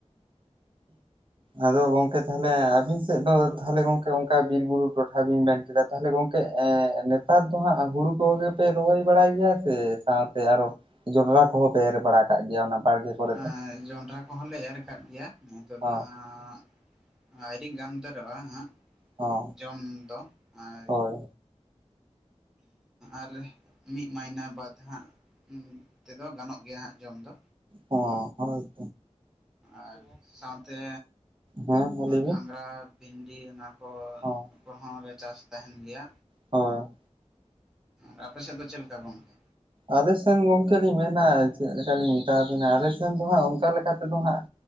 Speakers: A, on the right; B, in the centre.
A: ᱟᱫᱚ ᱜᱚᱝᱠᱮ ᱛᱟᱦᱞᱮ ᱟᱵᱤᱱ ᱥᱮᱫ ᱫᱚ ᱛᱟᱦᱞᱮ ᱜᱚᱝᱠᱮ ᱚᱱᱠᱟ ᱵᱤᱨ ᱵᱩᱨᱩ ᱴᱚᱴᱷᱟ ᱵᱤᱱ ᱢᱮᱱ ᱠᱮᱫᱟ ᱛᱟᱦᱞᱮ ᱜᱚᱝᱠᱮ ᱮᱸ ᱱᱮᱛᱟᱨ ᱫᱚ ᱦᱟᱸᱜ ᱦᱩᱲᱩ ᱠᱚᱜᱮᱯᱮ ᱨᱚᱦᱚᱭ ᱵᱟᱲᱟᱭ ᱜᱮᱭᱟ ᱥᱮ ᱥᱟᱶᱛᱮ ᱟᱨᱚ ᱡᱚᱱᱰᱨᱟ ᱠᱚᱦᱚᱸ ᱯᱮ ᱮᱨ ᱵᱟᱲᱟ ᱠᱟᱜ ᱜᱮᱭᱟ ᱚᱱᱟ? ᱵᱟᱲᱜᱮ ᱠᱚᱨᱮ ᱫᱚ
B: ᱮᱸ ᱡᱚᱱᱰᱨᱟ ᱠᱚᱦᱚᱸᱞᱮ ᱮᱨ ᱠᱟᱜ ᱜᱮᱭᱟ ᱱᱤᱛᱚᱜ
A: ᱦᱚᱸ
B: ᱫᱚ ᱦᱟᱸᱜ ᱟᱹᱣᱨᱤ ᱜᱟᱱ ᱩᱛᱟᱹᱨᱚᱜᱼᱟ ᱦᱟᱸᱜ
A: ᱦᱚᱸ
B: ᱡᱚᱢ ᱫᱚ᱾ ᱟᱨ
A: ᱦᱳᱭ
B: ᱟᱨ ᱢᱤᱫ ᱢᱟᱭᱱᱟᱹ ᱵᱟᱫ ᱦᱟᱸᱜ ᱛᱮᱫᱚ ᱜᱟᱱᱚᱜ ᱜᱮᱭᱟ ᱦᱟᱸᱜ ᱡᱚᱢ ᱫᱚ᱾
A: ᱚ ᱦᱳᱭ᱾
B: ᱟᱨ ᱥᱟᱶᱛᱮ
A: ᱦᱮᱸ ᱢᱟ ᱞᱟᱹᱭ ᱵᱤᱱ
B: ᱜᱷᱟᱸᱜᱨᱟ, ᱵᱷᱤᱱᱰᱤ ᱚᱱᱟ ᱠᱚ
A: ᱦᱚᱸ
B: ᱠᱚᱦᱚᱸ ᱞᱮ ᱪᱟᱥ ᱛᱟᱦᱮᱱ ᱜᱮᱭᱟ᱾
A: ᱦᱳᱭ᱾
B: ᱟᱨ ᱟᱯᱮ ᱥᱮᱫ ᱫᱚ ᱪᱮᱫ ᱞᱮᱠᱟ ᱜᱚᱝᱠᱮ?
A: ᱟᱞᱮ ᱥᱮᱱ ᱜᱚᱝᱠᱮ ᱞᱤᱧ ᱢᱮᱱᱟ ᱪᱮᱫ ᱞᱮᱠᱟᱞᱤᱧ ᱢᱮᱛᱟᱣᱟᱵᱮᱱᱟ ᱟᱞᱮ ᱥᱮᱱ ᱫᱚ ᱦᱟᱸᱜ ᱚᱱᱠᱟ ᱞᱮᱠᱟ ᱛᱮᱫᱚ ᱦᱟᱸᱜ